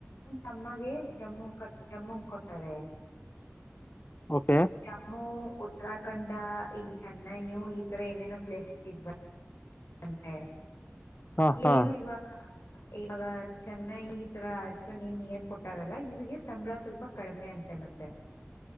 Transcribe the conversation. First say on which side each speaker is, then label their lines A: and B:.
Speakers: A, on the left (about 70°); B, on the left (about 40°).
A: ನಮ್ಮಗೆ ಜಮ್ಮು ಕ ಜಮ್ಮು ಕೊಟ್ಟಾರೆ
B: ಓಕೆ
A: ಜಾಮು ಉತ್ತರಾಖಂಡ ಇಲ್ಲಿ ಚೆನ್ನೈು ಈ ತರ ಏನೇನೋ ಪ್ಲೇಸಸ್ ಇಬ ಅಂತ
B: ಹಾ ಹಾ
A: ಏನು ಇವಾಗ ಇವಾಗ ಚೆನ್ನಾಗಿ ಈ ತರ ಅ ನೀನ್ ನೀರ್ ಕೊಟ್ಟಾರಲ್ಲ ಇವಿಗೆ ಸಂಬಳ ಸ್ವಲ್ಪ ಕಡಿಮೆ ಅಂತೆ ಮತ್ತೆ